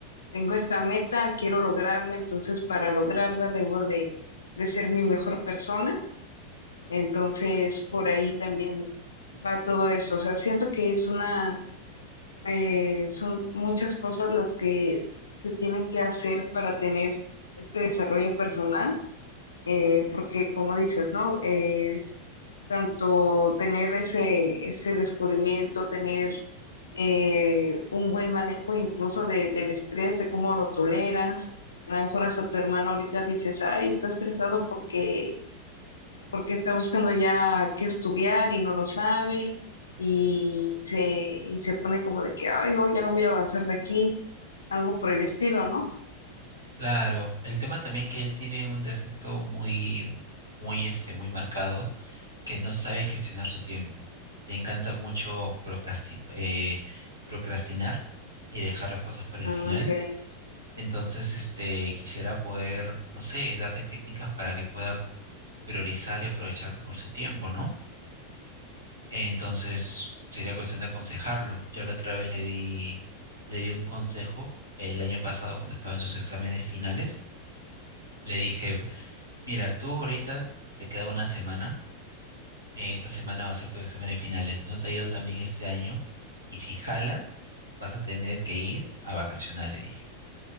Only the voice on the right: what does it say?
Claro, el tema también que él tiene un defecto muy, muy este, muy marcado, que no sabe gestionar su tiempo. Le encanta mucho procrasti- eh, procrastinar y dejar las cosas para el
final
Entonces, este, quisiera poder, no sé, darle técnicas para que pueda priorizar y aprovechar mejor su tiempo, ¿no? Entonces, sería cuestión de aconsejarlo. Yo la otra vez le di, le di un consejo el año pasado cuando estaba en sus exámenes finales. Le dije, mira, tú ahorita te queda una semana, eh, esta semana va a ser tus exámenes finales, no te ha ido tan bien este año y si jalas, vas a tener que ir a vacacionar, le dije.